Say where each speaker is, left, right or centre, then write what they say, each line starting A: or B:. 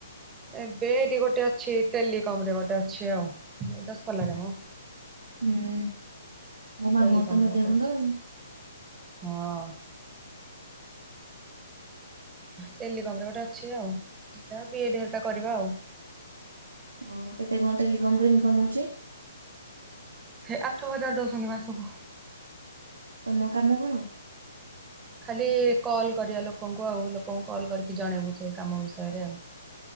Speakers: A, on the right; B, on the right.
A: ଏବେ ଏଇଠି ଗୋଟେ ଅଛି ଟେଲିକମରେ ଗୋଟେ ଅଛି ଆଉ ଏ ଦଶପଲ୍ଲାରେ ମ।
B: ହୁଁ ମୋ ମାମୁଁ
A: ଟେଲିକମ
B: ଘର ତ
A: ରେ
B: ମଧ୍ୟଖଣ୍ଡ
A: ଗୋଟେ ଅଛି
B: ଆଉ।
A: ହଁ। ଟେଲିକମରେ ଗୋଟେ ଅଛି ଆଉ ବିଇଡି ହେରିକା କରିବା ଆଉ।
B: ହଁ କେତେ କଣ ଟେଲିକମରୁ ଇନକମ୍ ହୋଉଚି?
A: ହେ ଆଠ ହଜାର ଦୋଉଚନ୍ତିନ ମାସକୁ।
B: ତମ କାମ କଣ?
A: ଖାଲି କଲ୍ କରିବା ଲୋକଙ୍କୁ ଆଉ ଲୋକଙ୍କୁ କଲ୍ କରିକି ଜଣେଇବୁ ସେ କାମ ବିଷୟରେ ଆଉ।